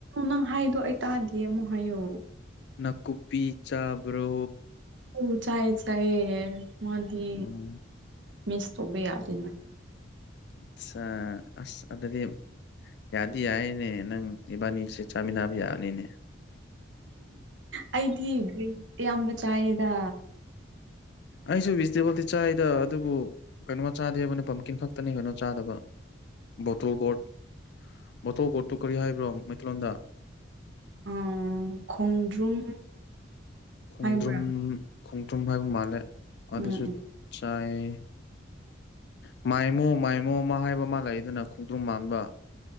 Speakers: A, on the right; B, on the left.
A: ꯅꯪ ꯍꯥꯏꯗꯣ ꯑꯩ ꯇꯥꯗꯦ ꯑꯃꯨꯛ ꯍꯥꯏꯌꯣ
B: ꯅꯥꯀꯨꯞꯄꯤ ꯆꯥꯕ꯭ꯔꯣ
A: ꯎꯝ ꯆꯥꯏꯌꯦ ꯆꯥꯏꯌꯦ ꯃꯥꯗꯤ
B: ꯎꯝ
A: ꯃꯤꯁ ꯇꯧꯕ ꯌꯥꯗꯦꯅ
B: ꯑꯠꯆꯥ ꯑꯁ ꯑꯗꯨꯗꯤ ꯌꯥꯗꯤ ꯌꯥꯏꯅꯦ ꯅꯪ ꯏꯕꯥꯅꯤꯁꯦ ꯆꯥꯃꯤꯟꯅꯕ ꯌꯥꯕꯅꯤꯅꯦ
A: ꯑꯩꯗꯤ ꯒ꯭ꯔꯤꯟ ꯑꯌꯥꯝꯕ ꯆꯥꯏꯌꯦꯗ
B: ꯑꯩꯁꯨ ꯚꯤꯖꯤꯇꯦꯕꯜꯗꯤ ꯆꯥꯏꯗ ꯑꯗꯨꯕꯨ ꯀꯩꯅꯣꯝꯃ ꯆꯥꯗꯦꯕꯅꯦ ꯄꯝꯀꯤꯟ ꯈꯛꯇꯅꯤ ꯀꯩꯅꯣ ꯆꯥꯗꯕ ꯕꯣꯇꯣꯒꯣꯠ ꯃꯣꯇꯣ ꯒꯣꯠꯇꯨ ꯀꯔꯤ ꯍꯥꯏꯕ꯭ꯔꯣ ꯃꯩꯇꯩꯂꯣꯟꯗ
A: ꯑꯥ ꯈꯣꯡꯗ꯭ꯔꯨꯝ
B: ꯈꯣꯡꯗ꯭ꯔꯨꯝ
A: ꯍꯥꯏꯕ꯭ꯔꯥ
B: ꯈꯣꯡꯗ꯭ꯔꯨꯝ ꯍꯥꯏꯕ ꯃꯥꯜꯂꯦ ꯑꯗꯨꯁꯨ
A: ꯎꯝ ꯎꯝ
B: ꯆꯥꯏ ꯃꯥꯏꯃꯣ ꯃꯥꯏꯃꯣ ꯑꯃ ꯍꯥꯏꯕ ꯑꯃ ꯂꯩꯗꯅ ꯈꯣꯡꯗ꯭ꯔꯨꯝ ꯃꯥꯟꯕ